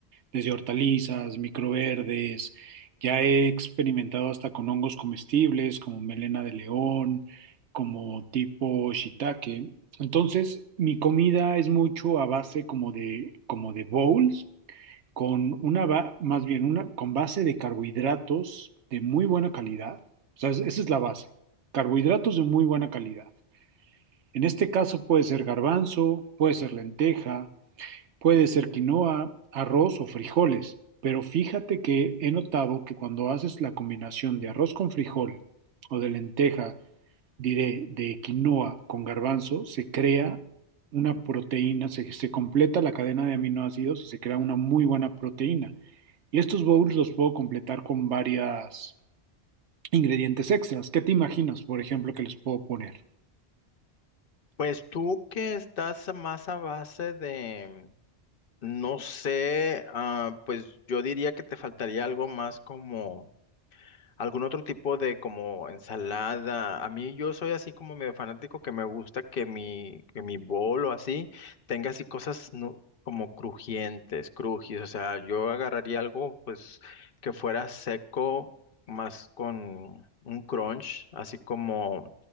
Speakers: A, on the right (about 85°); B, on the left (about 60°).
A: desde hortalizas, microverdes, ya he experimentado hasta con hongos comestibles como melena de león, como tipo shiitake. Entonces, mi comida es mucho a base como de como de bowls, con una, ba- más bien una, con base de carbohidratos de muy buena calidad. O sea, es- esa es la base. Carbohidratos de muy buena calidad. En este caso puede ser garbanzo, puede ser lenteja, Puede ser quinoa, arroz o frijoles, pero fíjate que he notado que cuando haces la combinación de arroz con frijol o de lenteja, diré, de quinoa con garbanzo, se crea una proteína, se, se completa la cadena de aminoácidos y se crea una muy buena proteína. Y estos bowls los puedo completar con varios ingredientes extras. ¿Qué te imaginas, por ejemplo, que les puedo poner?
B: Pues tú que estás más a base de, no sé, ah, pues yo diría que te faltaría algo más como algún otro tipo de como ensalada. A mí yo soy así como medio fanático que me gusta que mi, que mi bol o así tenga así cosas nu- como crujientes, crujis. O sea, yo agarraría algo pues que fuera seco más con un crunch, así como